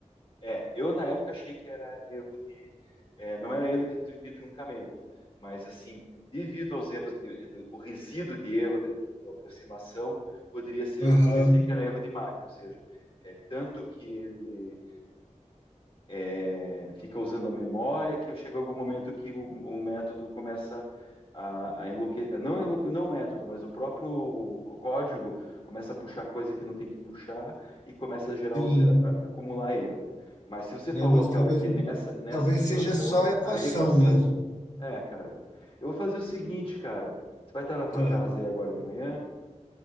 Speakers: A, on the left; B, on the left.
A: É, eu na época achei que era erro de. é, não era erro de, tru- de truncamento, mas assim, devido aos erros, de, do- o resíduo de erro da, pela aproximação, poderia ser. Eu
B: Aham,
A: pensei que era erro de máquina, ou seja, é, tanto que ele é, fica usando a memória, que chega algum momento que o, o método começa a, a enlouquecer, não, enlouque, não o método, mas o próprio o código começa a puxar coisa que não tem que puxar e começa a gerar,
B: sim,
A: os- a- a- acumular erro. Mas se você
B: né?
A: falou,
B: Mas
A: cara,
B: talvez,
A: que nessa, nessa
B: talvez
A: situação,
B: seja só a equação
A: a equação,
B: mesmo.
A: é, cara, eu vou fazer o seguinte, cara, você vai estar na tua
B: Ah,
A: casa aí agora de manhã?